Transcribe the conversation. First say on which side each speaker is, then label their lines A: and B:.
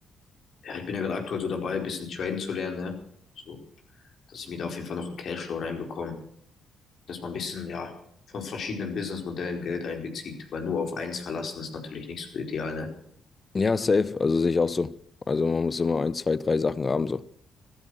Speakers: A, on the left (about 60°); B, on the left (about 30°).
A: Ja, ich bin ja gerade aktuell so dabei, ein bisschen traden zu lernen, ne? So, dass ich mir da auf jeden Fall noch einen Cashflow reinbekomme, dass man ein bisschen, ja, von verschiedenen Businessmodellen Geld einbezieht, weil nur auf eins verlassen ist natürlich nicht so ideal, ne?
B: Ja, safe, also sehe ich auch so. Also, man muss immer ein, zwei, drei Sachen haben, so.